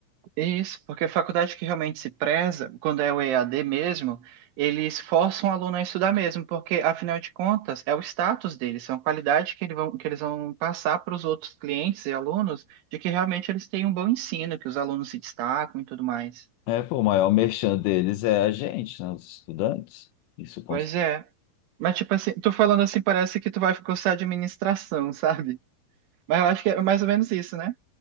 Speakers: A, on the right (about 75°); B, on the left (about 85°).
A: Isso, porque a faculdade que realmente se preza, quando é o EAD mesmo, eles forçam o aluno a estudar mesmo, porque, afinal de contas, é o status deles, são a qualidade que, ele vão, que eles vão passar para os outros clientes e alunos, de que realmente eles têm um bom ensino, que os alunos se destacam e tudo mais.
B: É, pô, o maior <laughs> merchan deles é a gente, né? Os estudantes. Isso consta.
A: Pois é. Mas, tipo assim, tu falando assim, parece que tu vai cursar administração, <laughs> sabe? Mas eu acho que é mais ou menos isso, né?